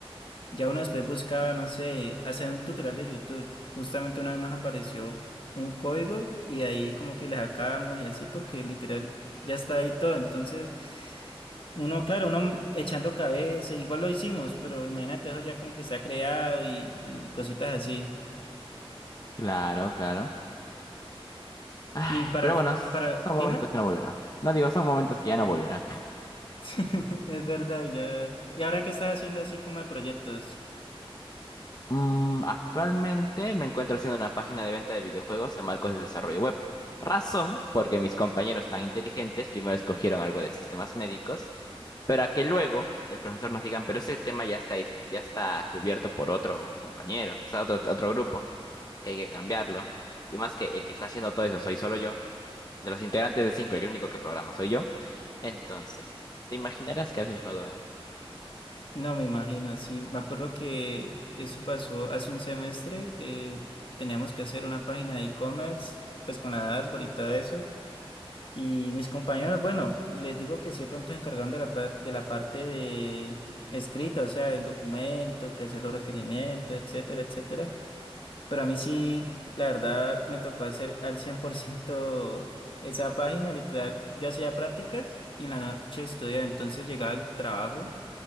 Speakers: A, on the left (about 60°); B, on the left (about 40°).
A: ya uno después buscaba, no sé, hacer un tutorial de YouTube. Justamente una vez nos apareció un código y de ahí como que le sacábamos y así porque literal ya está ahí todo. Entonces, uno, claro, uno echando cabeza, igual lo hicimos, pero imagínate eso ya como que está creado y, y cositas así.
B: Claro, claro. Ay,
A: Y para
B: pero
A: el,
B: bueno, son
A: para, dime,
B: momentos que no volverá. No digo, son momentos que ya no volverá.
A: <laughs> es verdad, ya. ¿Y ahora qué estás haciendo así como de proyectos?
B: Mm, actualmente me encuentro haciendo una página de venta de videojuegos en marcos de desarrollo web. Razón, porque mis compañeros tan inteligentes primero escogieron algo de sistemas médicos, pero a que luego el profesor nos digan, pero ese tema ya está, dis- ya está cubierto por otro compañero, o sea, otro, otro grupo. que hay que cambiarlo. Y más que el que está haciendo todo eso soy solo yo. De los integrantes de cinco, el único que programa soy yo. Entonces, te imaginarás que a veces no duermo.
A: No, me imagino, sí. Me acuerdo que eso pasó hace un semestre. eh, teníamos que hacer una página de e-commerce, pues con la dashboard y todo eso. Y mis compañeros, bueno, les digo que sí, de pronto se encargaron de la, pla- de la parte de escrita, o sea, del documento, que hacer los requerimientos, etcétera, etcétera. Pero a mí sí, la verdad, me tocó hacer al 100% esa página, literal. Yo hacía prácticas y en la noche estudiaba, entonces llegaba al trabajo